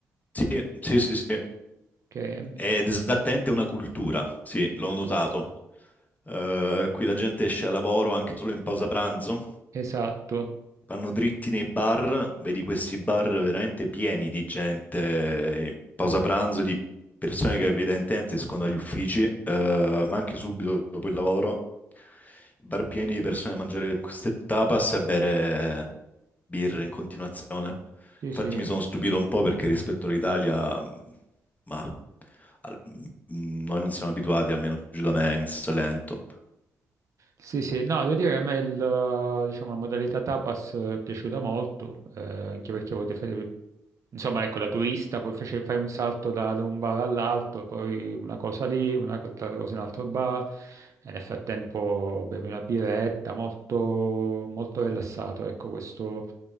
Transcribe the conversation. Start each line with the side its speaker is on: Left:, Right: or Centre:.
Left: sì, sì, sì, sì.
Right: Che...
Left: Ed esattamente una cultura, sì, l'ho notato. Eh, qui la gente esce a lavoro anche solo in pausa pranzo,
Right: Esatto,
Left: vanno dritti nei bar, vedi questi bar veramente pieni di gente in pausa pranzo, di persone che evidentemente escono dagli uffici, eh, ma anche subito dopo il lavoro, bar pieni di persone a mangiare queste tapas e a bere birre in continuazione.
Right: sì
Left: Infatti
Right: sì.
Left: mi sono stupito un po' perché rispetto all'Italia, ma al- mh, noi non siamo abituati, almeno giù da me, in Salento.
Right: Sì, sì, no, devo dire che a me il, diciamo, la modalità tapas è piaciuta molto, eh, anche perché potete fare, insomma, ecco, la turista, poi face- fai un salto da, da un bar all'altro, poi una cosa lì, una co- altra cosa in un altro bar, e nel frattempo bevi una birretta, molto, molto rilassato, ecco, questo,